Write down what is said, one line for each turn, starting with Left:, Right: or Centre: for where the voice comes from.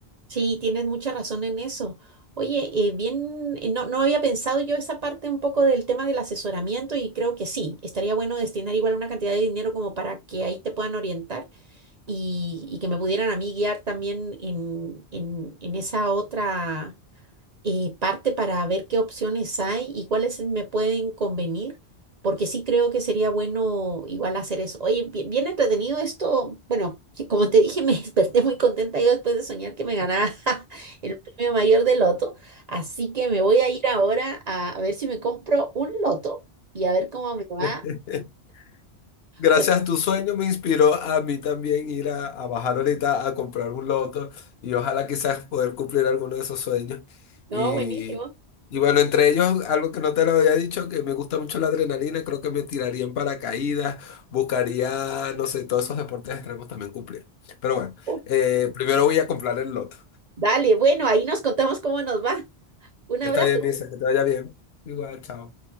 Right: Sí, tienes mucha razón en eso. Oye, eh, bien, eh, no, no había pensado yo esa parte un poco del tema del asesoramiento y creo que sí, estaría bueno destinar igual una cantidad de dinero como para que ahí te puedan orientar y, y que me pudieran a mí guiar también en, en, en esa otra eh, parte para ver qué opciones hay y cuáles me pueden convenir, porque sí creo que sería bueno igual hacer eso. Oye, bi- bien entretenido esto. Bueno, <laughs> que como te dije, me <laughs> desperté muy contenta yo después de soñar que me ganaba <laughs> el premio mayor de loto, así que me voy a ir ahora a, a ver si me compro un loto y a ver cómo me va.
Left: <laughs> Gracias
Right: porque-
Left: a tu sueño me inspiró a mí también ir a, a bajar ahorita a comprar un loto y ojalá quizás poder cumplir alguno de esos sueños.
Right: No,
Left: Y,
Right: buenísimo.
Left: y bueno, entre ellos, algo que no te lo había dicho, que me gusta mucho la adrenalina, creo que me tiraría en paracaídas, buscaría, no sé, todos esos deportes extremos también cumplir. Pero bueno,
Right: Uh,
Left: eh, primero voy a comprar el loto.
Right: Dale, bueno, ahí nos contamos cómo nos va. Un
Left: Está
Right: abrazo.
Left: bien, Misa, que te vaya bien. Igual, chao.